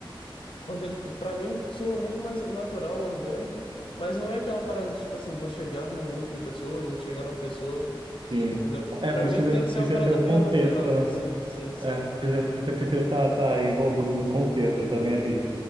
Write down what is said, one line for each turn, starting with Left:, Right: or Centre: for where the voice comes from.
Left: Porque, tipo, pra mim soa muito mais natural, orgânico, mas não é aquela parada de, tipo assim, vou chegar num grupo de pessoas, vou chegar numa pessoa,
Right: Sim.
Left: entendeu?
Right: É,
Left: Pra
Right: precisa,
Left: mim tem que ser
Right: precisa
Left: uma parada
Right: ter o
Left: meio
Right: contexto,
Left: natural.
Right: né?
Left: Sim, sim, sim,
Right: É, precisa, você precisa estar tá, tá envolvido no contexto. Eu também, assim,